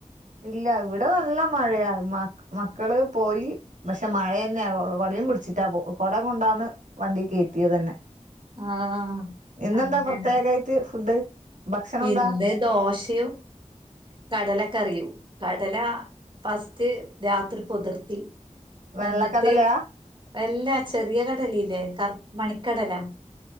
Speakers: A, on the right (about 85°); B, on the right (about 40°).
A: ഇല്ല ഇവ്ടെ നല്ല മഴയാ മ മക്കള് പോയി. പക്ഷെ മഴ യന്നെ കൊടയും പിടിച്ചിട്ടാ പോ കൊട കൊണ്ടാന്ന് വണ്ടി കേറ്റിയത് തന്നെ.
B: ആഹ്
A: ഇന്ന്
B: അങ്ങനെ
A: എന്താ പ്രത്യേകായിട്ട് ഫുഡ്? ഭക്ഷണം
B: ഇന്ന്
A: എന്താ
B: ദോശയും കടല കറിയും കടല ഫസ്റ്റ് രാത്രി പൊതിർത്തി.
A: വെള്ളക്കടലയാ
B: എന്നിട്ട് അല്ലാ ചെറിയ കടലയില്ലേ കർ മണിക്കടലാ